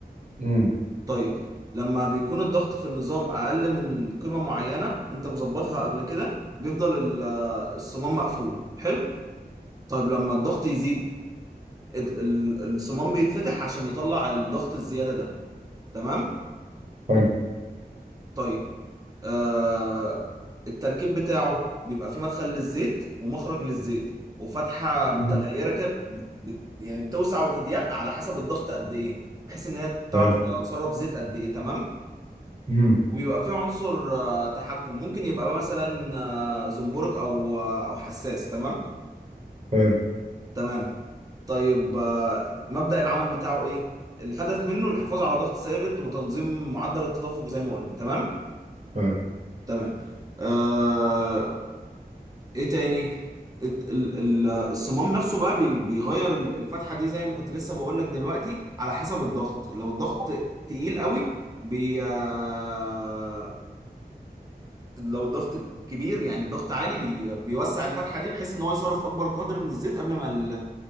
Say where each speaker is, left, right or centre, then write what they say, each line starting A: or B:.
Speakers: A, on the right; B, on the right.
A: امم
B: طيب لما بيكون الضغط في النظام أقل من قيمة معينة أنت مظبطها قبل كده بيفضل ال- الصمام مقفول حلو طيب لما الضغط يزيد ال- ال- الصمام بيتفتح عشان يطلع الضغط الزيادة ده تمام
A: حلو
B: طيب آه التركيب بتاعه بيبقى فيه مدخل للزيت ومخرج للزيت وفتحة متغيرة
A: امم
B: كده بت- يعني بتوسع وتضيق على حسب الضغط قد ايه بحيث ان هي تعرف
A: حلو
B: هي هتصرف زيت قد ايه تمام
A: امم
B: وبيبقى فيه عنصر آه تحكم ممكن يبقى مثلا آه زنبرك او آه او حساس تمام
A: حلو
B: تمام طيب آه، مبدأ العمل بتاعه ايه الهدف منه الحفاظ على ضغط ثابت وتنظيم معدل التدفق زي ما قلنا تمام
A: حلو
B: تمام آه... ايه تاني الت- ال- ال- الصمام نفسه بقى بي- بيغير ال- الفتحة دي زي ما كنت لسه بقول لك دلوقتي على حسب الضغط لو الضغط تقيل قوي بي آه... لو الضغط كبير يعني الضغط عالي بي... بيوسع الفتحة دي بحيث ان هو يصرف اكبر قدر من الزيت قبل ما ال...